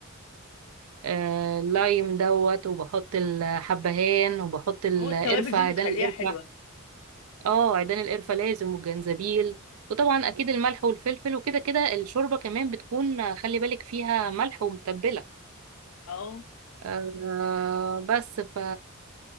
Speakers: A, on the right; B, on the left.
A: آه، اللايم دوت وبحط الحبهان وبحط القرفه
B: هو التوابل دي
A: عيدان
B: بتخليها
A: القرفه
B: حلوه
A: اه عيدان القرفه لازم والجنزبيل وطبعا اكيد الملح والفلفل وكده كده الشوربه كمان بتكون خلي بالك فيها ملح ومتبله
B: اه
A: آه بس ف